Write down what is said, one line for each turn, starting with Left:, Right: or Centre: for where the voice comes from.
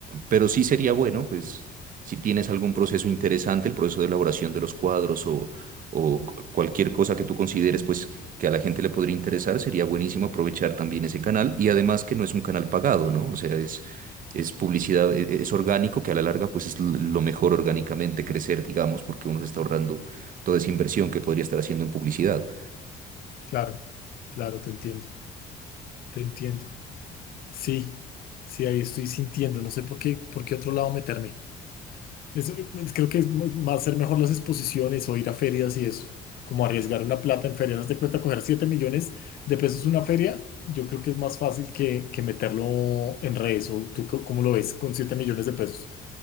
Right: pero sí sería bueno, pues, si tienes algún proceso interesante, el proceso de elaboración de los cuadros o, o cualquier cosa que tú consideres, pues, que a la gente le podría interesar, sería buenísimo aprovechar también ese canal y además que no es un canal pagado, ¿no? O sea, es, es publicidad, e- e- es orgánico, que a la larga, pues, es l- lo mejor orgánicamente crecer, digamos, porque uno se está ahorrando toda esa inversión que podría estar haciendo en publicidad.
Left: Claro, claro, te entiendo, te entiendo. Sí, sí, ahí estoy sintiendo, no sé por qué, por qué otro lado meterme. Eso, eh, creo que es muy- más ser mejor las exposiciones o ir a ferias y eso, como arriesgar una plata en ferias, haz de cuenta coger siete millones de pesos una feria, yo creo que es más fácil que, que meterlo en redes o tú co- cómo lo ves con 7 millones de pesos.